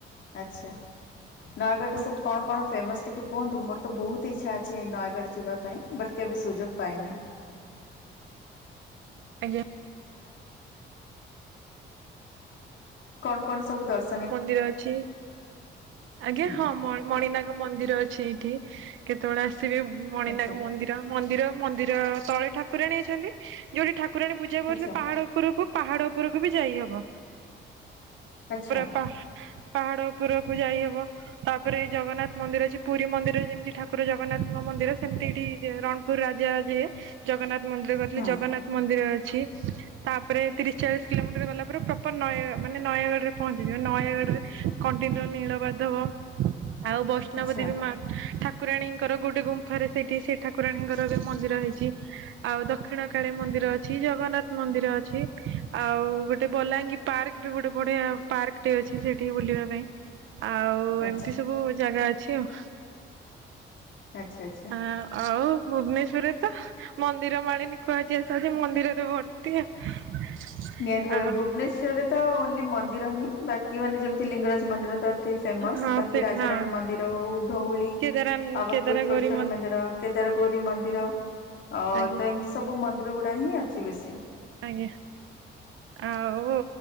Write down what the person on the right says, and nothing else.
ଆଉ
ଆଜ୍ଞା
ମନ୍ଦିର ଅଛି ଆଜ୍ଞା
ହଁ ମଣିନାଗ ମନ୍ଦିର ଅ ଏଇଠି କେତେବେଳେ ଆସିବେ ମଣିନାଗ
ମନ୍ଦିର ମନ୍ଦିର ମନ୍ଦିର ତଳେ ଠାକୁରାଣୀ ଅଛନ୍ତି ଯୋଉଠି ଠାକୁରାଣୀ ପୂଜା
କରିଲ ପାହାଡ ଉପରକୁ ପାହାଡ ଉପରକୁ ବି ଯାଇହବ
ପ ପା ପାହାଡ ଉପରକୁ ଯାଇହବ। ତାପରେ ଜଗନ୍ନାଥ ମନ୍ଦିର ଅଛି ପୁରୀ ମନ୍ଦିରରେ ଯେମିତି ଠାକୁର ଜଗନ୍ନାଥଙ୍କ ମନ୍ଦିର ସେମିତି ଏଠି ରଣପୁର ରାଜା ଯିଏ ଜଗନ୍ନାଥ ମନ୍ଦିର କରିଥିଲେ
ଜଗନ୍ନାଥ ମନ୍ଦିର ଅଛି ତାପରେ ତିରିଶ ଚାଳିଶ କିଲୋମିଟର ଗଲା ପରେ ପ୍ରପର ନୟାଗ ମାନେ ନୟାଗଡ଼ ରେ ପହଞ୍ଚି ନୟାଗଡରେ କଣ୍ଟିନ ନୀଳ ମାଧବ ଆଉ ବ ବୈଷ୍ଣବ
ଦେବୀ ମା ଠାକୁରାଣୀଙ୍କର ଗୋଟେ ଗୁମ୍ଫାରେ ସେଇଠି ସେ ଠାକୁରାଣୀଙ୍କର ଏବେ ମନ୍ଦିର ହେଇଛି। ଆଉ ଦକ୍ଷିଣ କାଳୀ ମନ୍ଦିର ଅଛି ଜଗନ୍ନାଥ ମନ୍ଦିର ଅଛି ଆଉ ଗୋଟେ ବଲାଙ୍ଗୀ ପାର୍କ ବି ଗୋଟେ ବଢିଆ ଆ ପାର୍କଟି ଅଛି ସେଠି ବୁଲିବା ପାଇଁ ଆଉ
ଏମିତି ସବୁ ଜାଗା ଅଛି ଆଉ।
ଆ ଆଉ ଭୁବନେଶ୍ୱରରେ ତ ମନ୍ଦିର ମାଳିନି କୁହାଯାଇ ଆସ ମନ୍ଦିରରେ ଭର୍ <inaudible>
ହଁ
ସେଇଠି
ହଁ
କେଦାର
କେଦାର
ଗୌରୀ
ଆଜ୍ଞା
ଆଜ୍ଞା, ଆଉ